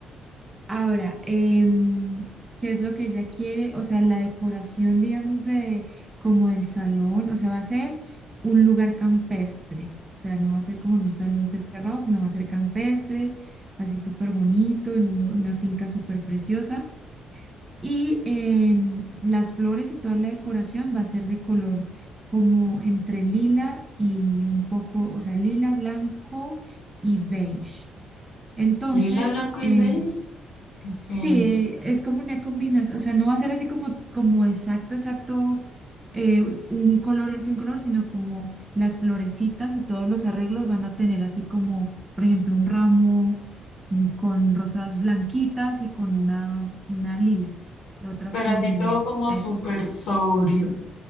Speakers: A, on the right; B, on the left.
A: Ahora, em, ¿qué es lo que ella quiere? O sea, la decoración, digamos, de como del salón, o sea, va a ser un lugar campestre. O sea, no va a ser como en un salón cerrado, sino va a ser campestre, así súper bonito, en un- una finca súper preciosa. Y em, las flores y toda la decoración va a ser de color como entre lila y un poco, o sea, lila, blanco y beige. Entonces,
B: Lila, blanco
A: eh,
B: y beige. ok.
A: Sí, es como una combinación, o sea, no va a ser así como, como exacto, exacto, eh, un color y así un color, sino como las florecitas y todos los arreglos van a tener así como, por ejemplo, un ramo mm, con rosas blanquitas y con una, una lila, y otras
B: Pero
A: con
B: así todo como
A: eso,
B: súper sobrio.